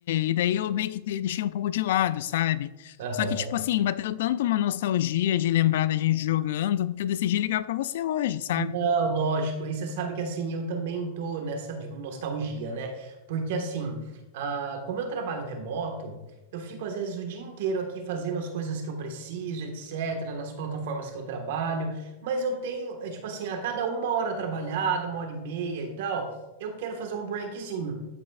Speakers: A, on the left; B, on the right.
A: E daí eu meio que de- deixei um pouco de lado, sabe?
B: aham.
A: Só que, tipo assim, bateu tanto uma nostalgia de lembrar da gente jogando que eu decidi ligar pra você hoje, sabe?
B: Não, lógico. E você sabe que assim, eu também tô nessa de nostalgia, né? Porque assim, ah, como eu trabalho remoto, eu fico às vezes o dia inteiro aqui fazendo as coisas que eu preciso, etc., nas plataformas que eu trabalho, mas eu tenho, é tipo assim, a cada uma hora trabalhada, uma hora e meia e tal, eu quero fazer um breakzinho.